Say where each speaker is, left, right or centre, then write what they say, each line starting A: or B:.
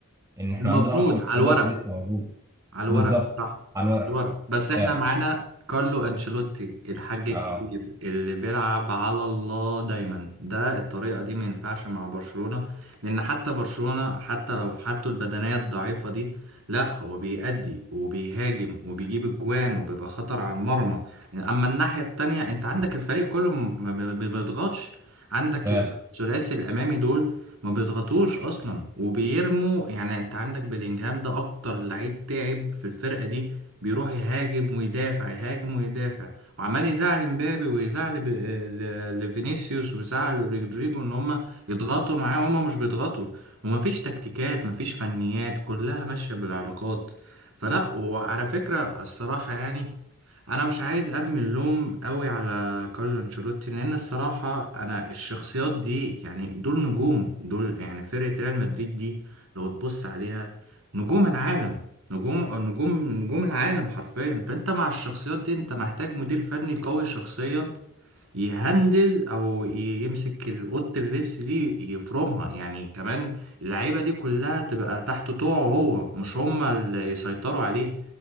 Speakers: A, on the right; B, on the right.
A: ان احنا
B: المفروض
A: عندنا اصلا
B: على
A: اصابات
B: الورق
A: لسه موجوده
B: على الورق
A: بالظبط
B: صح على
A: على الورق
B: الورق بس احنا
A: فعلا
B: معانا كارلو انشيلوتي الحاج الكبير
A: اه
B: اللي بيلعب على الله دايما ده الطريقة دي ما ينفعش مع برشلونة لان حتى برشلونة حتى لو في حالته البدنية الضعيفة دي لا هو بيأدي وبيهاجم وبيجيب اجوان وبيبقى خطر على المرمى اما الناحية التانية انت عندك الفريق كله ما بي- بي- بيضغطش عندك
A: فعلا
B: الثلاثي الامامي دول ما بيضغطوش اصلا وبيرموا يعني انت عندك بلينجهام ده اكتر لعيب تعب في الفرقه دي بيروح يهاجم ويدافع يهاجم ويدافع وعمال يزعل مبابي ويزعل ب- ل- لفينيسيوس ويزعل رودريجو ان هم يضغطوا معاه وهم مش بيضغطوا ومفيش تكتيكات مفيش فنيات كلها ماشيه بالعلاقات فلا وعلى فكره الصراحه يعني انا مش عايز ارمي اللوم قوي على كارلو انشيلوتي لان الصراحه انا الشخصيات دي يعني دول نجوم دول يعني فرقه ريال مدريد دي لو تبص عليها نجوم العالم نجوم نجوم نجوم العالم حرفيا فانت مع الشخصيات دي انت محتاج مدير فني قوي شخصيا يهندل او ي- يمسك اوضه اللبس دي يفرمها يعني كمان اللعيبه دي كلها تبقى تحت طوعه هو مش هما اللي يسيطروا عليه